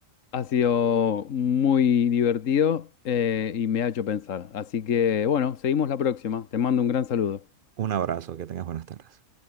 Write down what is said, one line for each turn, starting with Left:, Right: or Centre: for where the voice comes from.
Left: ha sido muy divertido eh, y me ha hecho pensar. Así que, bueno, seguimos la próxima. Te mando un gran saludo.
Right: Un abrazo, que tengas buenas tardes.